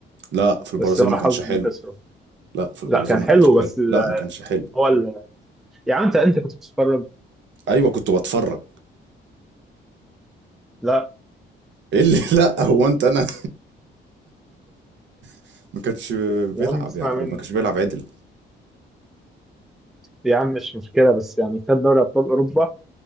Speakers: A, on the right; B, in the centre.
A: لا في البرازيل
B: بس هو
A: ما
B: حظه
A: كانش حلو
B: انه خسره
A: لا في البرازيل
B: لا كان
A: ما
B: حلو
A: كانش حلو
B: بس
A: لا ما كانش حلو
B: هو ال... يا عم انت انت كنت بتتفرج
A: ايوه كنت بتفرج
B: لا
A: ايه اللي <laughs> لا هو انت انا <laughs> ما كانش
B: يا
A: بيلعب
B: عم اسمع
A: يعني
B: مني
A: ما كانش بيلعب عدل
B: يا عم مش مشكله بس يعني خد دوري ابطال اوروبا